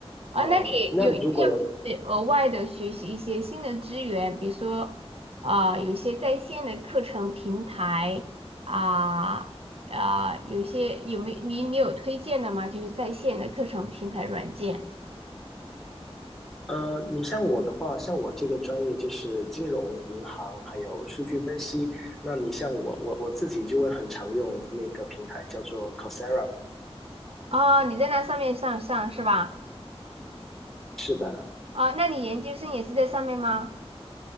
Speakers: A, on the right; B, in the centre.
A: 啊，
B: 呃，
A: 那你有有没
B: 那如果有
A: 有就是额外的学习一些新的资源，比如说啊、有一些在线的课程平台啊啊，有一些有没你你有推荐的吗？就是在线的课程平台软件
B: 呃，你像我的话，像我这个专业就是金融、银行还有数据分析。那你像我，我我自己就会很常用那个平台叫做 Coursera。
A: 啊，你在那上面上上是吧？
B: 是的，
A: 哦，那你研究生也是在上面吗？